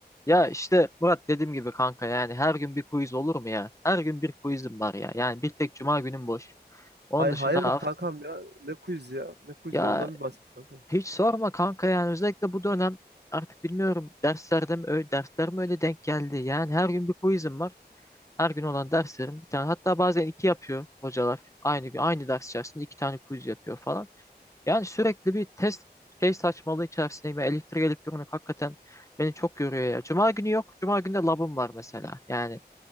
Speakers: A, on the left; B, on the right.
A: Ya işte Murat dediğim gibi kanka yani her gün bir quiz olur mu ya? Her gün bir quizim var ya. Yani bir tek cuma günüm boş. Onun
B: Hay
A: dışında
B: hayırdır
A: hafta
B: kankam ya? Ne quiz ya? Ne quiz
A: ya
B: ya? Ondan bir bahset kankam.
A: hiç sorma kanka yani özellikle bu dönem artık bilmiyorum derslerde mi öyle dersler mi öyle denk geldi. Yani her gün bir quizim var. Her gün olan derslerim bir tane hatta bazen iki yapıyor hocalar. Aynı gün aynı ders içerisinde iki tane quiz yapıyor falan. Yani sürekli bir test şey saçmalığı içerisindeyim. Elektrik elektronik hakikaten beni çok yoruyor ya. Cuma günü yok. Cuma günü de labım var mesela. Yani